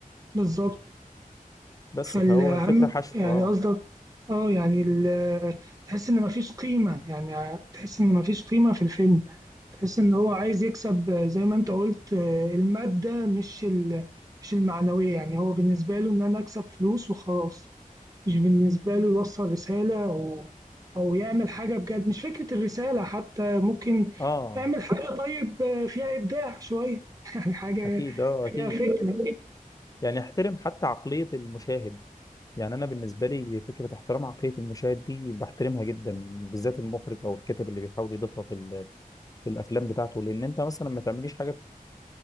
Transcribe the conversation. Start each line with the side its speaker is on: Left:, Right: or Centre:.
Right: بالظبط
Left: بس
Right: فالأهم
Left: فهو الفكره حشو
Right: يعني
Left: اه
Right: قصدك اه يعني ال- تحس إن مفيش قيمة يعني تحس إن مفيش قيمة في الفيلم تحس ان هو عايز يكسب آه، زي ما انت قلت آه، المادة مش ال- مش المعنوية يعني هو بالنسبة له ان انا اكسب فلوس وخلاص مش بالنسبة له يوصل رسالة او او يعمل حاجة بجد مش فكرة الرسالة حتى ممكن
Left: اه
Right: يعمل حاجة طيب آه، فيها ابداع شوية <laughs> يعني حاجة
Left: اكيد اه
Right: فيها
Left: اكيد
Right: فكرة
Left: يعني احترم حتى عقليه المشاهد يعني انا بالنسبه لي فكره احترام عقليه المشاهد دي بحترمها جدا بالذات المخرج او الكاتب اللي بيحاول يضيفها في ال- في الافلام بتاعته لان انت مثلا ما تعمليش حاجه